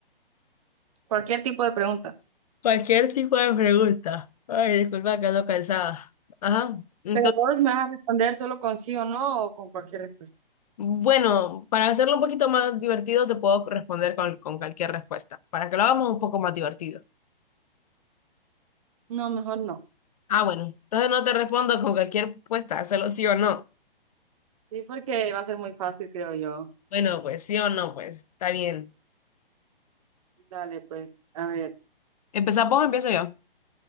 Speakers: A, on the right; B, on the left.
A: cualquier tipo de pregunta.
B: Cualquier tipo de pregunta. Ay, disculpa, que ando cansada. Ajá. entonces
A: Pero vos me vas a responder solo con sí o no o con cualquier respuesta.
B: Bueno, para hacerlo un poquito más divertido, te puedo responder con, con cualquier respuesta. Para que lo hagamos un poco más divertido.
A: No, mejor no.
B: Ah, bueno, entonces no te respondo con cualquier respuesta, hazlo sí o no.
A: Sí, porque va a ser muy fácil, creo yo.
B: Bueno, pues sí o no, pues está bien.
A: Dale, pues, a ver.
B: ¿Empezamos vos o empiezo yo?